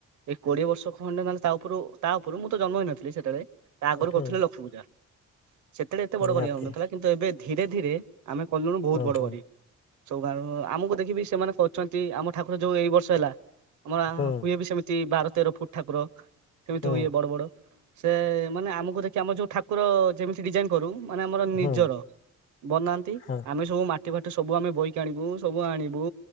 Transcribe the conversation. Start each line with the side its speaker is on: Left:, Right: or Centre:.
Right: ଏଇ କୋଡିଏ ବର୍ଷ ଖଣ୍ଡେ ନହେଲେ ତା ଉପରୁ ତା ଉପରୁ ମୁଁ ତ ଜନ୍ମ ହେଇନଥିଲି ସେତଳେ ତା ଆଗରୁ
Left: ହୁଁ
Right: କରିଥିଲେ ଲକ୍ଷ୍ମୀପୂଜା। ସେତେଳେ ଏତେ ବଡ
Left: ନିହାତି
Right: କରି ହୋଉନଥିଲା କିନ୍ତୁ ଏବେ ଧୀରେଧୀରେ ଆମେ କଲୁଣୁ ବୋହୁତ
Left: ହୁଁ
Right: ବଡ
Left: ହୁଁ
Right: କରି। ସବୁ ଗାରୁଁ ଆମକୁ ଦେଖିବି ସେମାନେ କରୁଚନ୍ତି ଆମ ଠାକୁର ଯୋଉ ଏଇ ବର୍ଷ ହେଲା। ଆମର ଆଣ
Left: ହୁଁ
Right: ହୁଏ ବି ସେମିତି ବାର ତେର ଫୁଟ ଠାକୁର ସେମିତି
Left: ହୁଁ
Right: ହୁଏ ବଡବଡ। ସେ ମାନେ ଆମକୁ ଦେଖି ଆମର ଯୋଉ ଠାକୁର ଯେମିତି ଡିଜାଇନ କରୁ ମାନେ ଆମର ନିଜର।
Left: ହୁଁ
Right: ବନାନ୍ତି
Left: ହଁ
Right: ଆମେ ସବୁ ମାଟି ଫାଟି ସବୁ ଆମେ ବୋହିକି ଆଣିବୁ ସବୁ ଆଣିବୁ